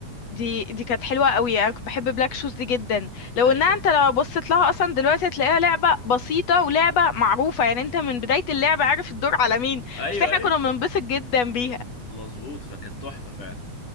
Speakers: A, on the left; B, on the left.
A: دي دي كانت حلوة قوي انا كنت بحب بلاك شوز دي جدا لو
B: ايوه
A: انها انت لو بصيت لها اصلا دلوقتي هتلاقيها لعبة بسيطة ولعبة معروفة يعني انت من بداية اللعبة عارف الدور على مين
B: ايوه
A: بس احنا
B: ايوه
A: كنا بننبسط جدا بيها
B: مظبوط فكانت تحفه فعلا